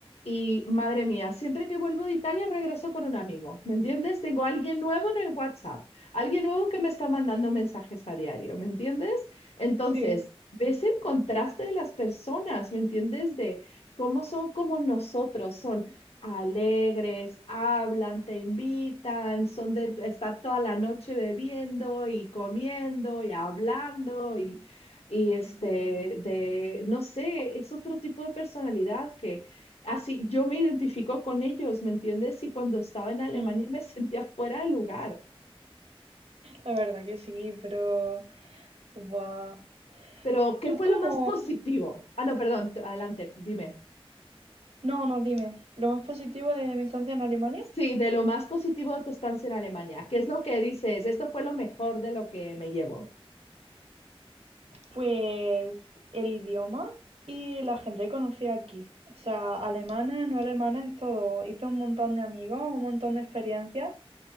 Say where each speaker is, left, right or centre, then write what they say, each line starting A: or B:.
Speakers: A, on the left (about 80°); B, on the right (about 75°).
A: Y madre mía, siempre que vuelvo de Italia regreso con un amigo, ¿me entiendes? Tengo alguien nuevo en el WhatsApp, alguien nuevo que me está mandando mensajes a diario, ¿me entiendes? Entonces,
B: Sí,
A: ves el contraste de las personas, ¿me entiendes? De cómo son como nosotros son alegres, hablan, te invitan, son de estar toda la noche bebiendo y comiendo y hablando y, y este, de, no sé, es otro tipo de personalidad que así yo me identifico con ellos, ¿me entiendes? Y cuando estaba en Alemania
B: mm,
A: me <laughs> sentía fuera de lugar.
B: La verdad que sí, pero buah.
A: Pero, ¿qué
B: ¿Tú
A: fue
B: cómo
A: lo más positivo? Ah, no, perdón, t- adelante, dime.
B: No, no, dime. Lo más positivo de mi estancia en Alemania,
A: Sí, de lo más positivo de tu estancia en Alemania. ¿Qué es lo que dices? Esto fue lo mejor de lo que me llevo.
B: pues el idioma y la gente que conocí aquí. O sea, alemanes, no alemanes, todo. Hice un montón de amigos, un montón de experiencias.